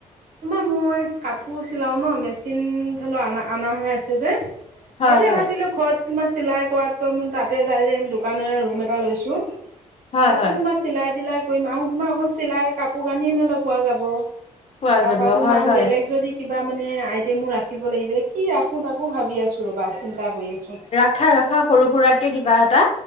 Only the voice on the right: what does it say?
তোমাৰ মই কাপোৰ চিলাও ন মেচিন <unintelligible> অনা হৈ আছে যে এতিয়া
ভাবিলোঁ ঘৰত তোমাৰ চিলাই কৰাতকৈ মোৰ তাতে যায় দোকানৰে ৰুম এটা লৈছোঁ। তাতে
তোমাৰ চিলাই তিলাই কৰিম আৰু তোমাৰ অকল চিলাই কাপোৰ-কানিও ধৰিলেও পোৱা যাব।
তাৰাপা
তোমাৰ
বেলেগ যদি কিবা মানে আইটেমো ৰাখিব লাগিব কি ৰাখোঁ তাকো ভাৱি আছোঁ ৰ'বা চিন্তা কৰি আছোঁ।